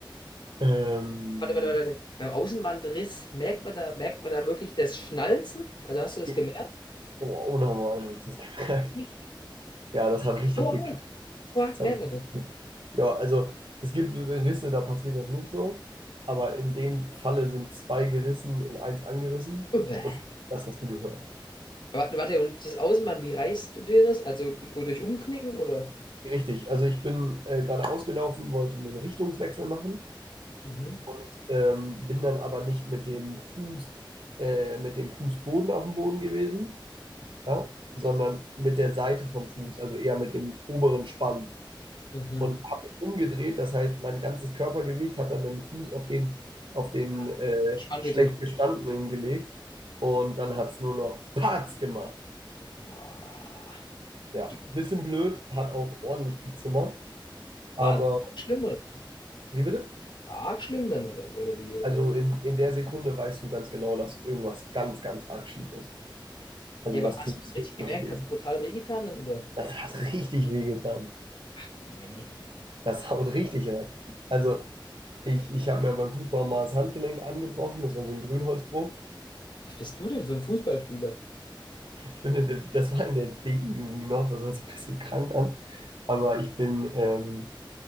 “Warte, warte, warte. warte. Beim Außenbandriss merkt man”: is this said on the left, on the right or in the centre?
Left